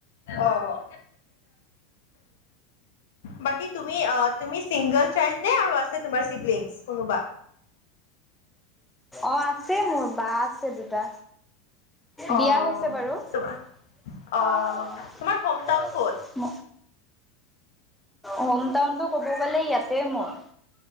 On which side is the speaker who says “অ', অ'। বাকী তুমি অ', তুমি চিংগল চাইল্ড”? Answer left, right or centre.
Left